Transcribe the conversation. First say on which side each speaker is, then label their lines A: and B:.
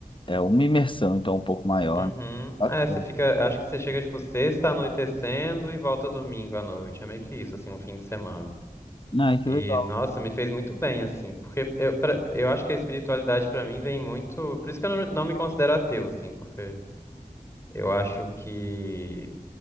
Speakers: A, on the left; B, on the left.
A: é uma imersão, então, um pouco maior.
B: Uhum.
A: né? Bacana.
B: É, você fica. Acho que você chega, tipo, sexta anoitecendo e volta domingo à noite. É meio que isso, assim, um fim de semana.
A: Ai, que
B: E,
A: legal.
B: nossa, me fez muito bem, assim, porque eu, pra- eu acho que a espiritualidade pra mim vem muito. Por isso que eu não, não me considero ateu, assim, porque eu acho que